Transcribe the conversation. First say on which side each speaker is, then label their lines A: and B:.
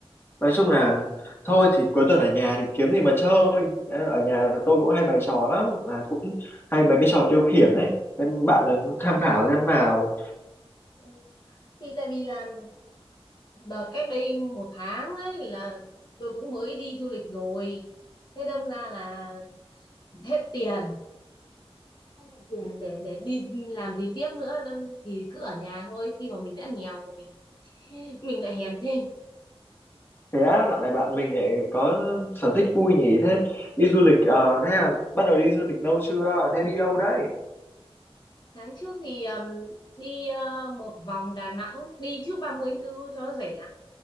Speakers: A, on the left; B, on the left.
A: nói chung là thôi thì cuối tuần ở nhà thì kiếm gì mà chơi. Thế Ở nhà tôi cũng hay bày trò lắm, là cũng hay mấy cái trò tiêu khiển đấy. Thế bạn là tham khảo xem nào.
B: Ừ. thì tại vì là đợt cách đây một tháng ấy là tôi cũng mới đi du lịch rồi thế đâm ra là hết tiền không còn tiền để để đi làm gì tiếp nữa đâm chỉ cứ ở nhà thôi khi mà mình đã nghèo rồi mình mình lại hèn thêm
A: Thế á, dạo này bạn mình lại có sở thích vui nhỉ? Thế đi du lịch, ờ, thế là bắt đầu đi du lịch lâu chưa? Thế đi đâu đấy?
B: Tháng trước thì um, đi ờ, một vòng Đà Nẵng đi trước 30 tháng Tư cho nó rẻ